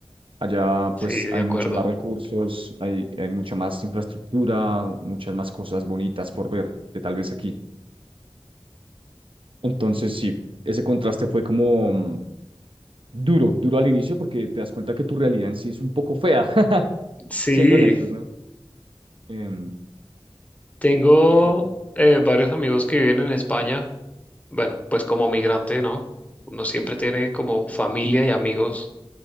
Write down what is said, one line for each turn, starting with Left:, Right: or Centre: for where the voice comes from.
Right: Allá
Left: Sí,
Right: pues
Left: de
Right: hay
Left: acuerdo.
Right: mucho más recursos, hay, hay mucha más infraestructura, muchas más cosas bonitas por ver que tal vez aquí. Entonces sí, ese contraste fue como mm, duro, duro al inicio porque te das cuenta que tu realidad en sí es un poco fea, <laughs>
Left: Sí,
Right: siendo honestos, ¿no? Em,
Left: tengo
Right: y-
Left: eh, varios amigos que viven en España. Bueno, pues como migrante, ¿no? Uno siempre tiene como familia y amigos